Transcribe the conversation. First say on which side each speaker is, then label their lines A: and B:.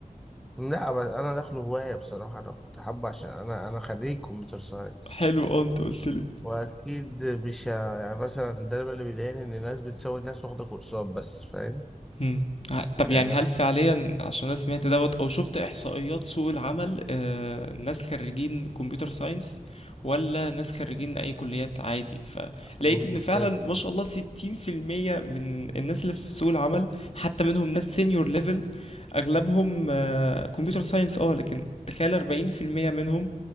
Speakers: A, in the centre; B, on the left.
A: لا بس أنا داخله هواية بصراحة أنا كنت حابه عشان أنا أنا خريج كمبيوتر ساينس
B: <laughs> حلو اه انت قلت
A: وأكيد مش ه- يعني مثلا ده اللي بيضايقني إن الناس بتساوي الناس واخدة كورسات بس فاهم
B: مم. ه- طب يعني
A: يعني
B: هل فعليا عشان انا سمعت دوت او شفت احصائيات سوق العمل آه، ناس خريجين كمبيوتر ساينس ولا ناس خريجين اي كليات عادي فلقيت
A: كمبيوتر
B: ان فعلا
A: ساينس
B: ما شاء الله 60% من الناس اللي في سوق العمل حتى منهم ناس سينيور ليفل اغلبهم آه، كمبيوتر ساينس اه لكن تخيل 40% منهم